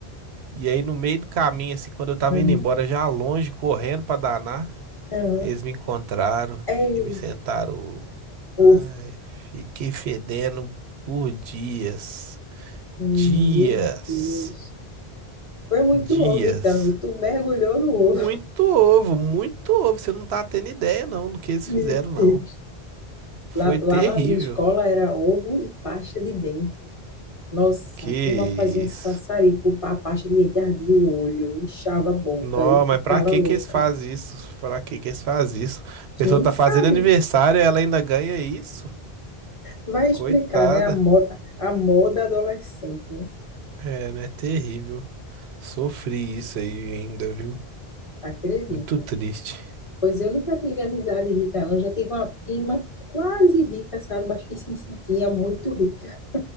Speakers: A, on the right; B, on the left.
A: E aí, no meio do caminho, assim, quando eu tava
B: uhum.
A: indo embora, já longe, correndo para danar.
B: uhum.
A: Eles me encontraram
B: Ei,
A: e me sentaram.
B: ovo.
A: Ai, fiquei fedendo por dias.
B: Meu
A: Dias.
B: Deus. Foi muito
A: Dias.
B: ovo, então. Tu mergulhou no
A: Muito
B: ovo.
A: ovo, muito ovo. Você não tá tendo ideia, não, do
B: <laughs>
A: que eles
B: Meu
A: fizeram, não.
B: Deus.
A: Foi
B: Lá,
A: terrível.
B: lá na minha escola era ovo e pasta de dente. Nossa,
A: Que
B: a turma fazia um
A: isso.
B: sassarico, a pasta de dente ardia o olho, inchava a boca,
A: Não,
B: eu ficava
A: mas pra que
B: louca.
A: que eles fazem isso? Pra que que eles fazem isso? A
B: Quem
A: pessoa tá
B: sabe?
A: fazendo aniversário e ela ainda ganha isso?
B: Vai explicar,
A: Coitada.
B: né? A moda, a moda adolescente, né?
A: É, né? Terrível. Sofri isso aí ainda, viu?
B: Acredito.
A: Muito triste.
B: Pois eu nunca tive amizade rica, não. Já tive uma prima quase rica, sabe? Mas que se sentia muito rica.